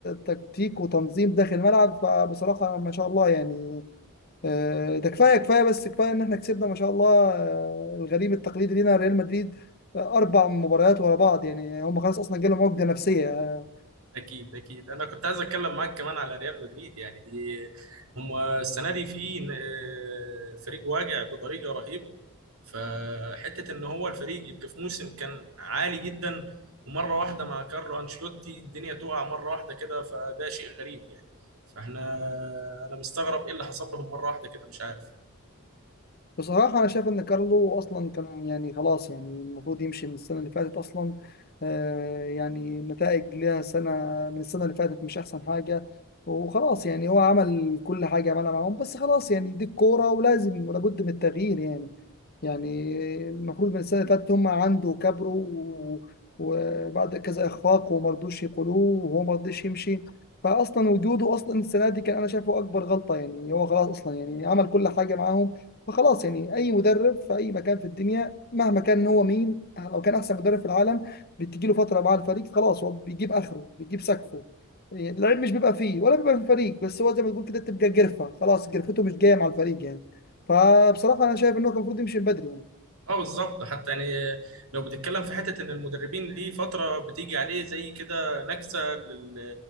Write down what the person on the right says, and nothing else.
أكيد أكيد أنا كنت عايز أتكلم معاك كمان على ريال مدريد يعني دي هم السنة دي في آه، فريق واجع بطريقة رهيبة فحتة إن هو الفريق يبقى في موسم كان عالي جدا ومرة واحدة مع كارلو أنشيلوتي الدنيا تقع مرة واحدة كده فده شيء غريب يعني فاحنا أنا مستغرب إيه اللي حصل لهم مرة واحدة كده مش عارف
اه بالظبط حتى يعني لو بتتكلم في حته ان المدربين ليه فتره بتيجي عليه زي كده نكسه لل-